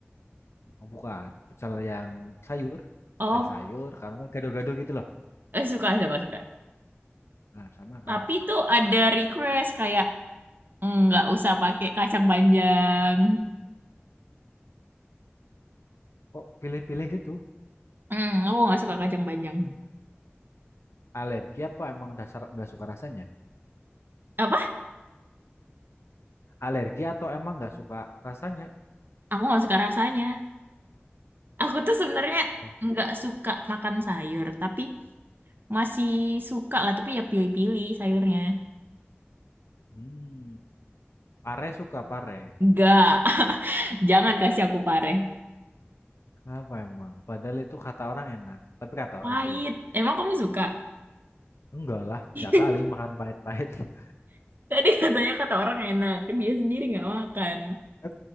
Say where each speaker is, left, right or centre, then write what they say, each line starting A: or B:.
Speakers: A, on the left (about 75°); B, on the right (about 50°).
A: Oh, bukan, pecel yang sayur,
B: Oh,
A: pecel sayur. Karena nggak gado-gado gitu loh.
B: eh, suka, suka, suka.
A: Nah sama kan.
B: Tapi itu ada request kayak "Mm, nggak usah pakai kacang panjang.
A: Kok pilih-pilih gitu?
B: Hmm, aku nggak suka kacang panjang.
A: Alergi apa emang dasar nggak suka rasanya?
B: Apa?
A: Alergi atau emang nggak suka rasanya?
B: Aku nggak suka rasanya. Aku tuh sebenarnya
A: Nah,
B: nggak suka makan sayur, tapi masih suka lah. Tapi ya pilih-pilih sayurnya.
A: Hmm, pare suka pare.
B: Nggak. <laughs> Jangan kasih aku pare.
A: Kenapa emang? Padahal itu kata orang enak, tapi kata
B: Pahit.
A: orang sih
B: Emang kamu suka?
A: enggak lah.
B: <laughs>
A: Ya kali makan pahit-pahit. <laughs>
B: Tadi katanya kata orang enak, dia sendiri nggak makan.
A: Kan